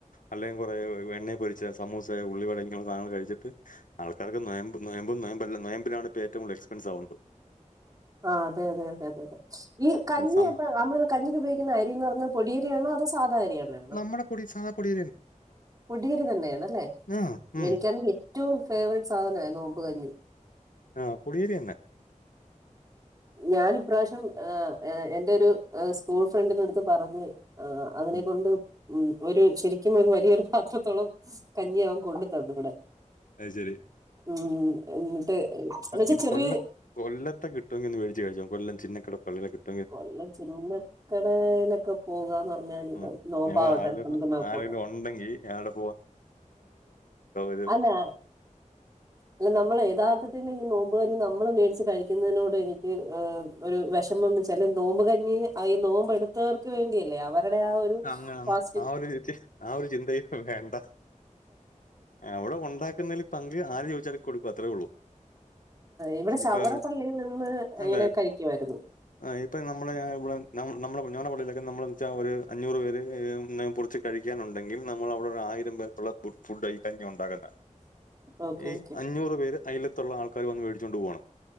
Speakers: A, on the left; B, on the right.
A: അല്ലെങ്കിൽ കുറേ ഏ എണ്ണയിൽ പൊരിച്ച സമൂസയൊ ഉള്ളിവട ഇങ്ങനെയുള്ള സധങ്ങൾ കഴിച്ചിട്ട് ആൾക്കാർക്ക് നോയംബ് നോയംബ് നോയമ്പല്ല നോയമ്പിനാണ് ഇപ്പോ ഏറ്റവും കൂടുൽ എക്സ്പെൻസ് ആവുന്നത്
B: ആഹ് അതെ അതെ അതെ ഈ
A: ആഹ്
B: കഞ്ഞി
A: സം
B: അപ്പൊ നമ്മള് കഞ്ഞിക്ക്‌ ഉപയോഗിക്കുന്ന അരിയെന്നുപറയുന്നത് പൊടിയരിയാണോ അതോ സാധാ അരിയന്നയാണോ
A: നമ്മുടെ പൊടി സാദാ പൊടി
B: പൊടിയേരി തന്നെയണല്ലേ
A: ആഹ് ഉം
B: എനിക്കാണെങ്കിൽ ഏറ്റവും ഫേവററ്റ് സാധനമായിരുന്നു നോമ്പ് കഞ്ഞി
A: ആഹ് പൊടിയരി തന്നെ
B: ഞാൻ ഇപ്രാവശ്യം എൻറെ ഒരു സ്കൂൾ ഫ്രണ്ടിനടുത്ത് പറഞ്ഞ് ആഹ് അതിനെ
A: ഉം
B: കൊണ്ട് ഉ ഒരു ശരിക്കും ഒരു വലിയൊരു പാത്രത്തോളം കഞ്ഞി വൻ കൊണ്ടു തന്നു ഇവിടെ
A: അതുശെരി
B: ഉം എന്നിട്ട് എന്ന വച്ചാ
A: ഇത്
B: ചെറിയ
A: കൊല്ല കൊല്ലത്തെ കിട്ടുങ്കി ഒന്നുമേടിച്ചു കഴിചോക്ക് കൊല്ലം ചിന്ന കട <unintelligible>
B: കൊല്ലം ചിന്നക്കടേലൊക്കെ പോകാന്ന് പറഞ്ഞാല് ഇപ്പോ
A: ആഹ്.
B: നോമ്പാവട്ടെ
A: ഞമ്മൾ ആരെലും
B: നമുക്ക് നോക്കോക്കെ
A: ആരെങ്കിലും ഉണ്ടെങ്കി അയാളുടെ <unintelligible>
B: ആണാ അല്ല നമ്മള് യഥാർത്ഥത്തിൽ നോമ്പ് കഞ്ഞി നമ്മള് മേടിച്ച് കഴിക്കുന്നതിനോട് എനിക്ക് ഒരു വിഷമം എന്ന് വെച്ചാല് നോമ്പ് കഞ്ഞി ഈ നോമ്പ് എടുത്തവർക്ക് വേണ്ടിയല്ലേ അവ വിടെ ആ ഒരു
A: അങ്ങനെ
B: ഫാസ്റ്റിംഗ്
A: ആ ഒരു ര ആ ഒരു ചിന്തയൊന്നും വേണ്ട അവിടെ ഉണ്ടാക്കുന്നതില് പങ്ക് ആര് ചോദിച്ചാലും കൊടുക്കും അത്രയുള്ളൂ
B: ഇവിടെ ശവറപ്പള്ളിയിൽ
A: ഇപ്പൊ
B: നിന്ന്
A: അല്ല
B: ഇങ്ങനെ കഴിക്കുമായിരുന്നു
A: ആഹ് ഇപ്പ നമ്മടെ ഇവിടെ നമ്മുടെ ഞങ്ങടെ പള്ളയിലൊക്കെ നമ്മളെന്ന് വെച്ചാൽ അവര് അഞ്ഞൂറ് പേര് പൊളിച്ച് കഴിക്കാൻ ഉണ്ടെങ്കിൽ നമ്മള് അവിടെ ഒര് ആയിരം പേർക്കുള്ള ഫുഡ് ആ കഞ്ഞിയാ ഉണ്ടാക്കുന്നേ
B: ഓക്കെ
A: ഈ
B: ഓക്കെ
A: അഞ്ഞൂറ് പേര് അയലത്തള്ള ആൾക്കാര് വന്ന് മേടിച്ചോണ്ട് പോവാണ്